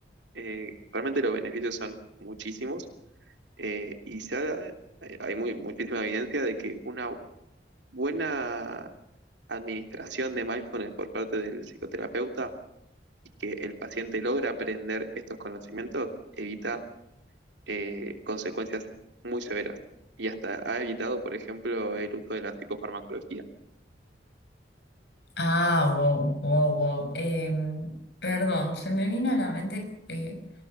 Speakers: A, on the right (about 75°); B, on the left (about 65°).
A: Eh, realmente los beneficios son muchísimos eh, y se ha- eh, hay muy, muchísima evidencia de que una buena administración de mindfulness por parte del psicoterapeuta y que el paciente logra aprender estos conocimientos evita eh, consecuencias muy severas y hasta ha evitado, por ejemplo, el uso de la psicofarmacología.
B: Ah, wow, wow, wow. Em, perdón, se me vino a la mente, eh,